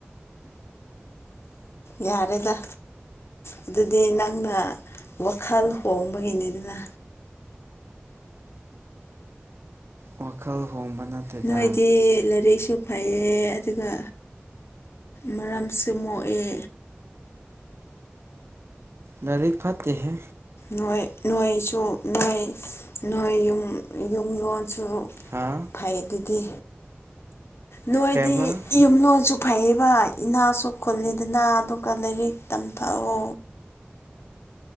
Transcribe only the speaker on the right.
ꯋꯥꯈꯜ ꯍꯣꯡꯕ ꯅꯠꯇꯦꯗ
ꯗꯔ ꯐꯠꯇꯠꯇꯦ ꯍꯦ
ꯍꯥ
ꯀꯩꯕ